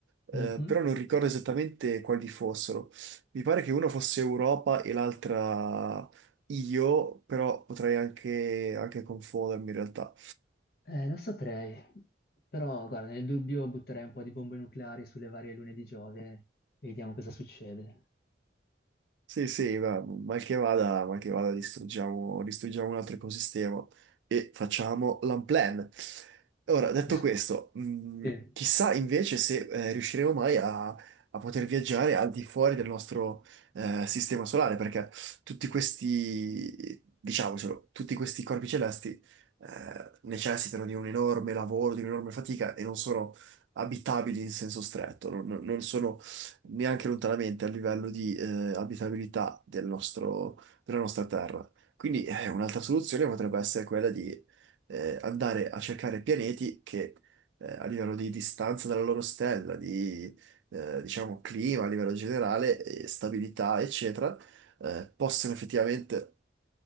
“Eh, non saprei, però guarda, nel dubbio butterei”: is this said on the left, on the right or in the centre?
Left